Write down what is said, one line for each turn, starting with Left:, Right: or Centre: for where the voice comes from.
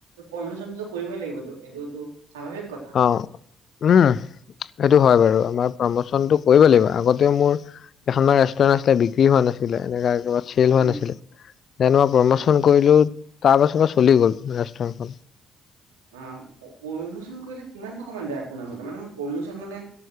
Right: পমিশনটোতো কৰিবই লাগিবতো এইটোতটো স্বাভাৱিক কথা।
Left: অ উম, সেইটো হয় বাৰু আমাৰ প্ৰমোচনটো কৰিব লাগিব আগতেও মোৰ এখনমান ৰেষ্টুৰেট আছিলে বিক্ৰী হোৱা নাছিলে এনে। চেল হোৱা
Right: উম
Left: নাছিলে যে মই প্ৰমোচন
Right: অ
Left: কৰিলো। তাৰ পাছৰ পৰা চলি গ'ল ৰেষ্টুৰেটখন।
Right: অ, প্ৰমোচন কৰিলে কিমান টকা মান যায় আপোনাৰ মতে মানে ম প্ৰমোচন মানে